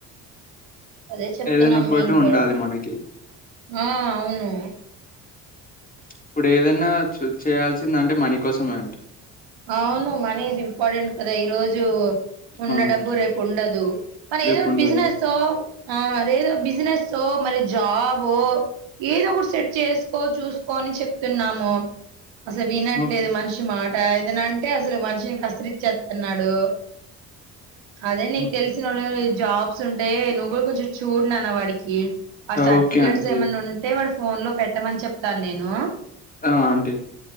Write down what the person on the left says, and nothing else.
ఏదైనా ఒకటి
ఉండాలి
మనకి
ఇప్పుడు ఏదన్న చేయాల్సింది అంటే మనీ కోసమే అండి
అవునండి.
రేపుండదు.
హ్మ్.
హ్మ్.
ఓకే అండి.
ఆ ఆంటీ